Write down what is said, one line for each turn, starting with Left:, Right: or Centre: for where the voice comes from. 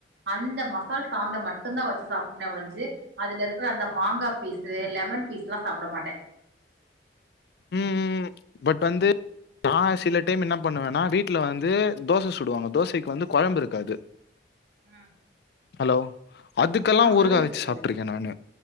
Right: அந்த மசால் சாந்த மட்டும்தா வச்சு சாப்புடுவனே ஒழிஞ்சு அதுல இருக்குற அந்த மாங்கா பீஸ்சு லெமன் பீஸ்ல்லா சாப்புட மாட்டே
Left: ம் ம் ம் பட் வந்து நா சில டைம் என்ன பண்ணுவேன்னா வீட்ல வந்து தோச சுடுவாங்க தோசைக்கு வந்து கொழம்பு இருக்காது
Right: ம்
Left: ஹலோ அதுக்கெல்லா ஊறுகா
Right: சொல்லுங்க
Left: வச்சு
Right: கேக்குது
Left: சாப்ட்ருக்கே நானு